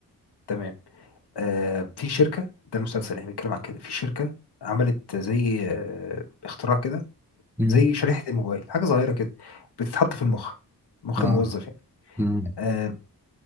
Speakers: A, on the left; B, in the centre.
A: تمام آه، في شركة ده المسلسل يعني بيتكلم عن كده في شركة عملت زي آه، اختراع كده
B: مم.
A: زي شريحة الموبايل حاجة صغيرة كده بتتحط في المخ مخ
B: اه
A: الموظف يعني
B: مم.
A: آه،